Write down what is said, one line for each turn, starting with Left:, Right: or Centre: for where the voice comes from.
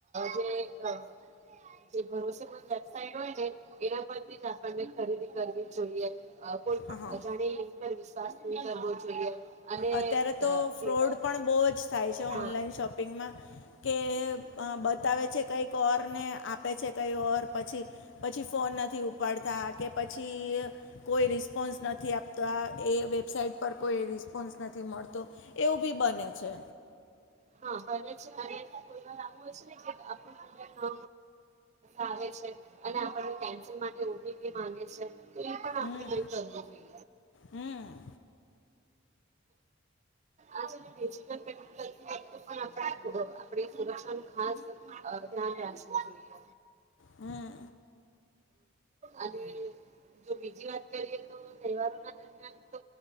Right: જે.. ભરોસેમંદ વેબસાઇટ હોયને એના પરથી જ આપનેણે ખરીદી કરવી જોઈએ.
Left: હા
Right: અજાણી એપ વિશ્વાસ ન કરવો જોઈએ. અને
Left: અત્યારે
Right: દ
Left: તો ફ્રોડ
Right: દી અ
Left: પણ બહુ જ થાય છે, ઓનલાઈન
Right: હા
Left: શોપિંગમાં. કે બતાવે છે કંઈક ઓર ને આપે છે, કંઈ ઓર! પછી પછી ફોન નથી ઉપાડતા કે પછી કોઈ રિસ્પોન્સ નથી આપતા. એ વેબસાઇટ પર કોઈ રિસ્.. રિસ્પોન્સ નથી મળતો, એવું બી બને છે.
Right: હા બને છે અને કોઈવાર એવું હોય, છેને આપણુ <unintelligible> નામ <unintelligible> આવે છે અને આપણી પાસે ઓટીપી માંગે છે. એ પણ આપણે
Left: હમ
Right: નઈ કરવું જોઈએ.
Left: હમ
Right: અને તમને ખબર છે આજે <inaudible> આપણે સુરક્ષા નુ ખાસ ધ્યાન રાખવું જોઈએ.
Left: હમ્મ
Right: અને જો બીજી વાત કરીએ, તો તહેવારો ના દરમિયાન તો